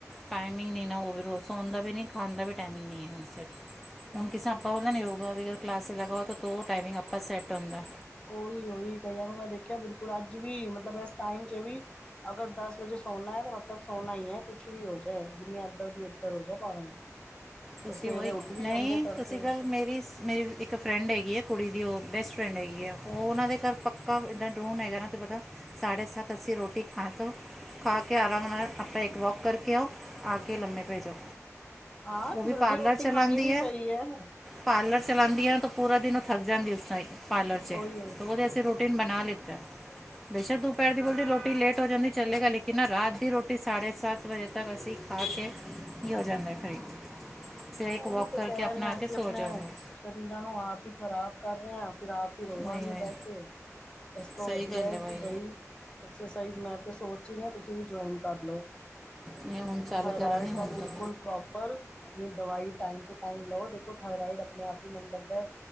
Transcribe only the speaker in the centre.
ਟਾਈਮਿੰਗ ਨਹੀਂ ਨਾ ਉਹ ਵੀ ਰੋਜ਼ ਸੌਣ ਦਾ ਵੀ ਨਹੀਂ ਖਾਣ ਦਾ ਵੀ ਟਾਈਮਿੰਗ ਨਹੀਂ ਹੈ ਹੁਣ ਸੈਟ ਹੁਣ ਕਿਸੇ ਆਪਾਂ ਓਨਾ ਨੇ ਰੋਬੋਵਰ ਕਲਾਸ ਲਗਵਾ ਕੇ ਤੋਂ ਟਮਿੰਗਾਂ ਅਪਾ ਸੈੱਟ ਹੁੰਦਾ।
ਤੁਸੀਂ ਉਹੀ
ਨਹੀਂ
ਤੁਸੀਂ ਗੱਲ ਮੇਰੀ ਮੇਰੀ ਇੱਕ ਫਰੈਂਡ ਹੈਗੀ ਹੈ ਕੁੜੀ ਦੀ ਉਹ ਬੈਸਟ ਫਰੈਂਡ ਹੈਗੀ ਹੈ ਉਹ ਉਹਨਾਂ ਦੇ ਘਰ ਪੱਕਾ ਇੱਦਾਂ ਡਰੋਨ ਹੈਗਾ ਨਾ ਤਾਂ ਪਤਾ ਸਾਢੇ ਸੱਤ ਅਸੀਂ ਰੋਟੀ ਖਾ ਤੋਂਉ ਖਾ ਕੇ ਆਰਾਮ ਨਾਲ ਆਪਾਂ ਇੱਕ ਵੋਕ ਕਰਕੇ ਆਓ ਆ ਕੇ ਲੰਮੇ ਪੇ ਜਾਓ।
ਉਹ ਵੀ
ਪਾਰਲਰ
ਚਲਾਉਂਦੀ
ਪਾਰਲਰ ਚਲਾਉਂਦੀ ਨਾ ਤਾਂ ਪੂਰਾ ਦਿਨ ਉਹ ਥੱਕ ਜਾਂਦੀ ਉਸ ਹੀ ਪਾਰਲਰ ਚ
ਉਹਦੇ ਅਸੀਂ ਰੋ ਨ ਬਣਾ ਲਿਆ ਏ ਬੇਸ਼ੱਕ ਦੁਪਹਿਰ ਦੀ ਬੋਲਦੀ ਰੋਟੀ ਲੇਟ ਹੋ ਜਾਂਦੀ ਚੱਲੇਗਾ ਲੇਕਿਨ ਨਾ ਰਾਤ ਦੀ ਰੋਟੀ ਸਾਢੇ ਸੱਤ ਪਰ ਐਸਾ ਲੱਸੀ ਖਾ ਕੇ ਕੀ ਹੋ ਜਾਂਦੇ ਹਾਂ ਫਿਰ ਸਿਰ ਇੱਕ
ਵਾਕ
ਕਰਕੇ
ਆਪਣਾ
ਆ
ਕੇ
ਸੋ ਜਾਂਦੇ ਹਾਂ
ਉਹੀ ਉਹੀ
ਸਹੀ
ਗੱਲ
ਉਹੀ
ਨਹੀਂ ਹੁਣ ਚਾਲੂ
ਕਰਾਂਗੇ ਹੁਣ
ਤੋਂ